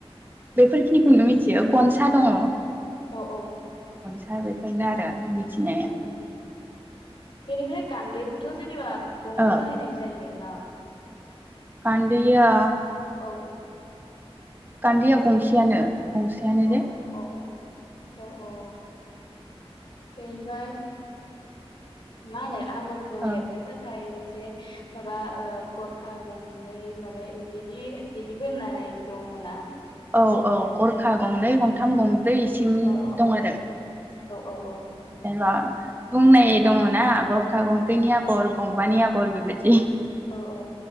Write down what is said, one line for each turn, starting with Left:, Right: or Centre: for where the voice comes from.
Right: बेफोरखिनिखौनो मिथियो गनसा दङ'।
Left: औ औ।
Right: दा बेफोरनो आरो मिथिनाया
Left: औ औ। बेनिफ्राय गान्दैखौथ' जेनेबा गंनै
Right: ओ
Left: बाहायनाय जायो ना।
Right: गान्दैया।
Left: औ।
Right: गान्दैया
Left: गंनै
Right: गंसेयानो
Left: थायो
Right: गंसेयानो
Left: अ
Right: जे
Left: अ अ अ अ अ। बेनिफाय। मानो। आगरखौ एरनो
Right: ओ
Left: थाखाय। जे माबा ओ गरखा गंनै माने बिदि बिदिबो होननाय दङना
Right: औ-औ गरखा गंनै गंथाम गंब्रैसिम
Left: अ अ
Right: दं
Left: औ
Right: आरो जेनेबा
Left: औ औ
Right: बुंनाय दङना गरखा गंबैनि आगर गंबानि आगर बेबायदि
Left: औ-औ